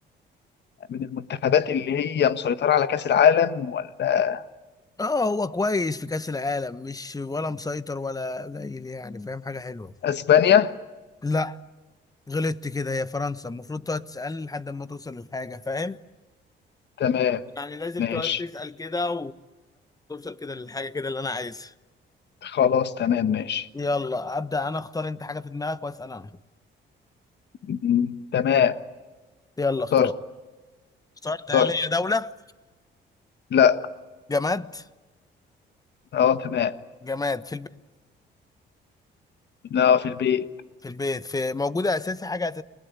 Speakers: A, on the left (about 60°); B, on the left (about 20°).
A: من المنتخبات اللي هي مسيطرة على كأس العالم ولا
B: اه هو كويس في كاس العالم مش ولا مسيطر ولا قليل يعني فاهم حاجه حلوه
A: أسبانيا
B: لا غلطت كده هي فرنسا المفروض تقعد تسالني لحد ما توصل للحاجه فاهم
A: تمام
B: يعني لازم
A: ماشي
B: تقعد كده الحاجة كده اللي أنا عايزها
A: خلاص تمام ماشي
B: يلا ابدا انا اختار انت حاجه انا
A: م- تمام
B: يلا
A: اخترت
B: اختار اخترت هل
A: اخترت
B: هي دوله
A: لا
B: جماد
A: اه تمام
B: جماد
A: لا في البيت
B: في البيت في موجوده اساسي حاجه